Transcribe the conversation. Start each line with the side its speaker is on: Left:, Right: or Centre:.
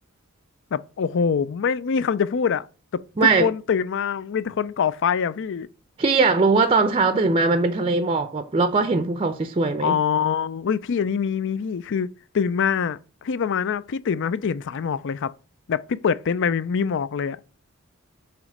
Left: แบบโอ้โหไม่ไม่มีคำจะพูดอะแบบทุกคนตื่นมามีแต่คนก่อไฟอะพี่
Right: ไม่พี่อยากรู้ว่าตอนเช้าตื่นมามันเป็นทะเลหมอกแบบแล้วก็เห็นภูเขาสวยๆไหม
Left: อ๋ออุ้ยพี่อันนี้มีมีพี่คือตื่นมาพี่ประมาณน่ะพี่ตื่นมาพี่จะเห็นสายหมอกเลยครับแบบพี่เปิดเต็นท์ไปมีมีหมอกเลยอะ